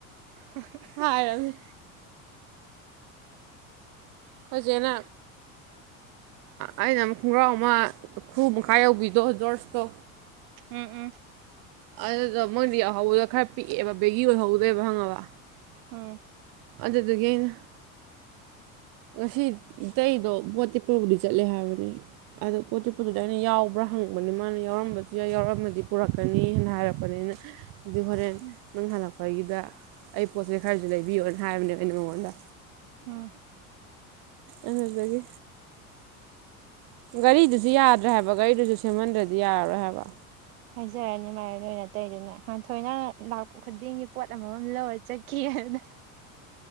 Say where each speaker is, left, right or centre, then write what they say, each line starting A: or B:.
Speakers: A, on the right (about 75°); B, on the right (about 55°).
A: <unintelligible>
B: ꯐꯥꯔꯝ ꯑꯈꯣꯏ ꯆꯦꯅ ꯑꯩꯅ ꯑꯃꯨꯛ ꯈꯣꯡꯒ꯭ꯔꯥꯎ ꯑꯃ ꯈꯨꯔ ꯃꯈꯥ ꯌꯧꯕꯤꯗꯣ ꯖꯣꯔꯁꯇꯣ
A: ꯎꯝ ꯎꯝ
B: ꯑꯗꯨꯗ ꯃꯣꯏꯗꯤ ꯌꯥꯎꯍꯧꯕꯗ ꯈꯔ ꯄꯤꯛꯑꯦꯕ ꯕꯦꯒꯤ ꯑꯣꯏꯍꯧꯗꯣꯏꯕ ꯈꯪꯉꯕ
A: ꯎꯝ
B: ꯑꯗꯨꯗꯨꯒꯤ ꯑꯩꯅ ꯉꯁꯤ ꯏꯇꯩꯗꯣ ꯄꯣꯇꯤ ꯄꯨꯔꯕꯨꯗꯤ ꯆꯠꯂꯦ ꯍꯥꯏꯕꯅꯦ ꯑꯗꯣ ꯄꯣꯠ ꯆꯤꯄꯠꯇꯨꯗ ꯑꯩꯅ ꯌꯥꯎꯕ꯭ꯔꯥ ꯍꯪꯕꯅꯤ ꯃꯥꯅ ꯌꯥꯎꯔꯝꯕꯁꯨ ꯌꯥ ꯌꯥꯎꯔꯝꯃꯗꯤ ꯄꯨꯔꯛꯀꯅꯤꯅ ꯍꯥꯏꯔꯛꯄ ꯑꯅꯤꯅ ꯑꯗꯨ ꯍꯣꯔꯦꯟ
A: ꯎꯝ
B: ꯅꯪ ꯍꯜꯂꯛꯄꯒꯤꯗ ꯑꯩ ꯄꯣꯠꯁꯤꯦ ꯈꯔꯁꯨ ꯂꯩꯕꯤꯌꯣꯅ ꯍꯥꯏꯕꯅꯦꯕ ꯑꯩꯅ ꯃꯉꯣꯟꯗ
A: ꯎꯝ
B: ꯑꯗꯨꯗꯒꯤ ꯒꯥꯔꯤꯗꯨꯁꯨ ꯌꯥꯗ꯭ꯔꯦ ꯍꯥꯏꯕ ꯒꯥꯔꯤꯗꯨꯁꯨ ꯁꯦꯝꯃꯟꯗ꯭ꯔꯗꯤ ꯌꯥꯔꯔꯣꯏ ꯍꯥꯏꯕ
A: ꯍꯥꯏꯖꯔꯅꯤ ꯃꯥꯏꯌꯣꯟ ꯑꯣꯏꯅ ꯇꯩꯗꯨꯅꯥꯟ ꯊꯣꯏꯅ ꯂꯥꯛꯄ ꯈꯨꯗꯤꯡꯒꯤ ꯄꯣꯠ ꯑꯃꯃꯝ ꯂꯧꯔ ꯆꯠꯈꯤ ꯑꯗꯨꯅ